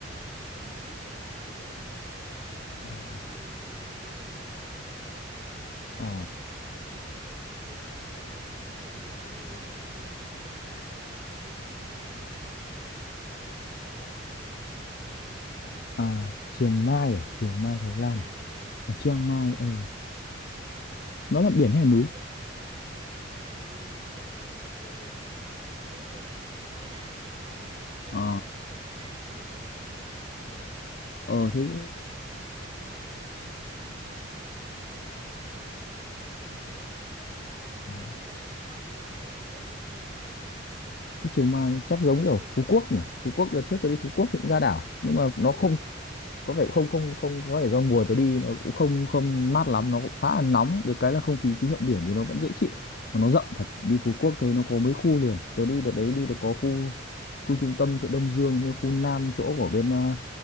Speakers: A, on the right; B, on the left.
A: ờ, biết văn hóa rồi này kia thật ra nó
B: Ờ,
A: cũng không có nhiều đồ- ừ, chỗ chơi lắm đâu
B: ờ,
A: không có nhiều chỗ chơi nó chỉ có thí dụ ví dụ như, như ví dụ mình qua Thái Lan mà mình định đi Chiang Mai thì Chiang Mai chỗ đó khí hậu nó mát mẻ như Đà Lạt của mình vậy
B: à,
A: đó
B: Chiang Mai
A: còn thí
B: à?
A: dụ
B: Chiang
A: như
B: Mai
A: ờ
B: Thái Lan.
A: Chiang Mai
B: À, Chiang
A: Chiang
B: Mai,
A: Mai
B: ừ.
A: ừ còn
B: Nó là biển hay
A: nó
B: là núi?
A: nó là giống như một một một một cái ờ, cái đảo nhỏ vậy đó nhưng
B: Ờ,
A: mà khí hậu của nó mát mẻ giống như Đà Lạt vậy đó
B: ờ
A: còn
B: thế.
A: còn như là ở Bangkok thì nó nhộn nhịp hơn đó là giống như thành phố lớn mà ở đó thì
B: Ờ.
A: chỉ có mua sắm ăn uống này kia vậy thôi chứ
B: cái
A: nó
B: trường
A: cũng
B: Mai
A: không
B: chắc giống
A: có
B: kiểu
A: nhiều
B: Phú Quốc nhỉ Phú Quốc đợt trước tôi đi Phú Quốc thì cũng
A: đúng
B: ra đảo
A: rồi
B: nhưng mà nó
A: đúng
B: không
A: rồi
B: có vẻ không không không có vẻ do mùa tôi đi nó cũng không không mát lắm nó cũng khá là nóng được cái là không khí khí hậu biển thì nó vẫn dễ chịu mà nó rộng thật đi Phú Quốc thấy nó có mấy khu liền tôi đi đợt đấy đi được có khu khu trung tâm chỗ Đông Dương với khu Nam chỗ của bên uh,